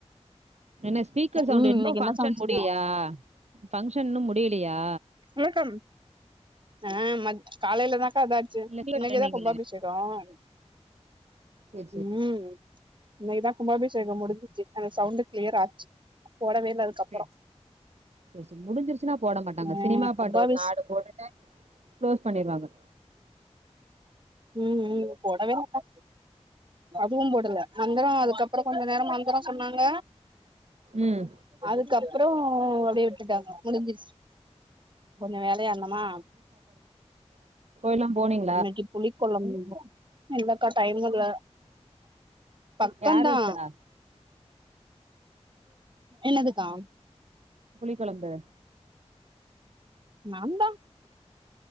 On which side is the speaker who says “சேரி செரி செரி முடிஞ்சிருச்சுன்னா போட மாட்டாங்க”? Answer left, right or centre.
Right